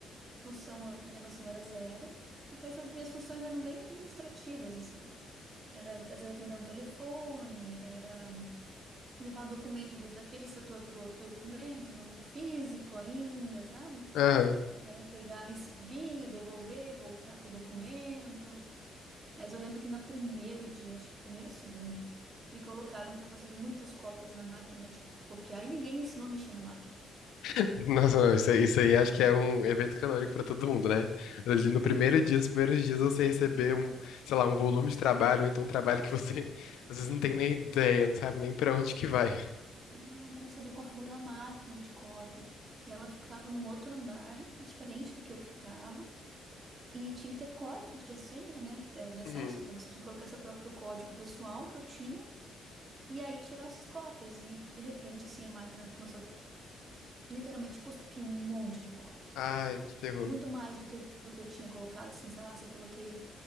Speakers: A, on the right (about 35°); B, on the left (about 85°).
A: Noção, a minha noção era zero. E- Mas as minhas funções eram bem administrativas, assim. Era, às vezes, atender um telefone, era levar documento do- daquele setor para o outro documento, no físico ainda, sabe?
B: Aham.
A: Daí pegar recibinho, devolver, voltar com o documento. Mas eu lembro que no primeiro dia, acho que primeiro ou segundo, me colocaram para fazer muitas cópias na máquina de co- copiar e ninguém me ensinou a mexer na máquina.
B: <laughs> Nossa, não, isso, aí- isso aí acho que é um evento canônico pra todo mundo, né? Ali No primeiro dia, nos primeiros dias, você receber um, sei lá, um volume de trabalho, ou então um trabalho que você <laughs> às vezes não tem nem ideia, não sabe nem pra onde que vai.
A: Não, eu não sabia configurar a máquina de cópia. E ela ficava num outro andar, diferente do que eu ficava, e tinha que ter códigos de senha, né? De de acesso.
B: Uhum.
A: Então você tinha que colocar seu próprio código pessoal que eu tinha E aí tirar as cópias. E de repente, assim, a máquina começou a literalmente cuspir um monte de cópias.
B: Ai, que terror.
A: Muito mais do que eu, do que eu tinha colocado, assim, sei lá, se eu coloquei